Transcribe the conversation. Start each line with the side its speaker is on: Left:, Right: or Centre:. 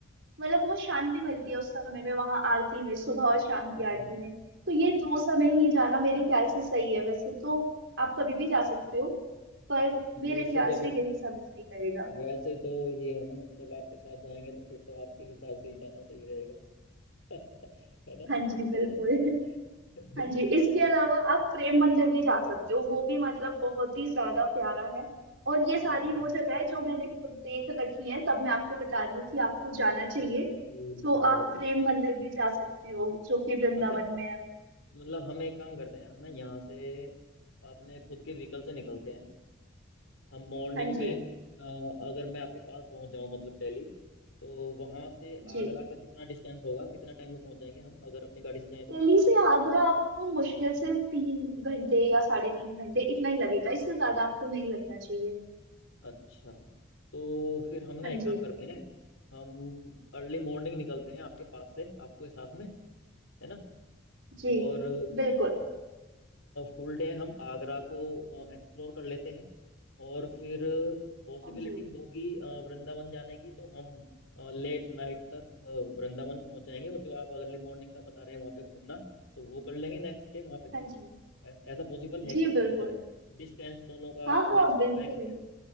Right: मतलब बहुत शांति मिलती है उस समय में वहां आरती में सुबह और शाम की
Left: हम्म
Right: आरती
Left: हम्म, हम्म।
Right: में तो ये दो समय ही जाना मेरे ख्याल से सही है वैसे तो आप कभी भी जा सकते हो पर
Left: नहीं
Right: मेरे
Left: वैसे
Right: ख्याल
Left: जब
Right: से यही समय सही रहेगा
Left: वैसे तो ये है ना मैम जब आपके साथ जाएंगे तो फिर तो आपके हिसाब से ही जाना सही रहेगा <laughs> है ना
Right: हाँ जी बिल्कुल
Left: <laughs> बिल्कुल
Right: हाँ जी इसके अलावा आप प्रेम मंदिर भी जा सकते हो वो भी मतलब बहुत ही ज्यादा प्यारा है और ये सारी
Left: अच्छा
Right: वो जगह है जो मैंने खुद देख रखी है तब मैं आपको बता रही हूँ कि आपको जाना चाहिए
Left: ओके,
Right: तो
Left: बहुत
Right: आप प्रेम
Left: बढ़िया
Right: मंदिर भी जा सकते हो जो कि वृंदावन
Left: अच्छा
Right: में है
Left: मतलब हम एक काम करते हैं हम ना यहाँ से अपने खुद के व्हीकल से निकलते हैं हम मॉर्निंग
Right: हाँ जी
Left: में अ, अगर मैं आपके पास पहुँच जाऊँ मतलब दिल्ली तो वहाँ से
Right: जी
Left: आगरा का कितना डिस्टेंस होगा कितना टाइम में पहुँच जाएंगे हम अगर अपनी गाड़ी से जाएं तो
Right: दिल्ली से आगरा आपको मुश्किल से तीन घंटे या साढ़े तीन घंटे इतना ही लगेगा इससे ज्यादा आपको नहीं लगना चाहिए
Left: अच्छा तो फिर हम ना
Right: हाँ
Left: एक
Right: जी
Left: काम करते हैं हम अर्ली मॉर्निंग निकलते हैं आपके पास से आपको साथ में है ना
Right: जी
Left: और
Right: बिल्कुल
Left: फुल डे हम आगरा को एक्सप्लोर कर लेते हैं और फिर पॉसिबिलिटी
Right: हाँ जी
Left: होगी अ, वृंदावन जाने की तो हम लेट नाइट तक अ, वृंदावन पहुंच जाएंगे और जो आप अर्ली मॉर्निंग का बता रहे हैं वहाँ पे घूमना तो वो कर लेंगे नेक्स्ट डे वहाँ पे
Right: हाँ जी
Left: ऐस- ऐसा पॉसिबल है
Right: जी
Left: क्या
Right: बिल्कुल
Left: मतलब डिस्टेंस दोनों का
Right: हाँ हाँ
Left: मैच कर
Right: बिल्कुल
Left: पाएगा क्या